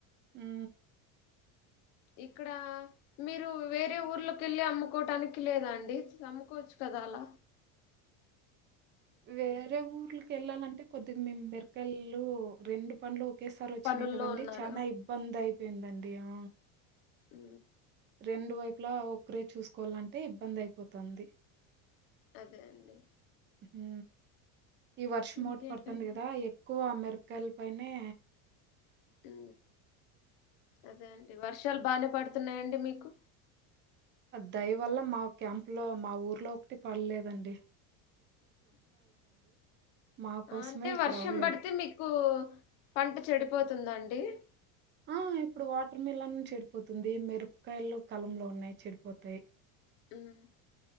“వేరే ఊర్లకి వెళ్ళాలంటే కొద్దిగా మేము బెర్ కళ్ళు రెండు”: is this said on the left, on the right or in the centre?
Right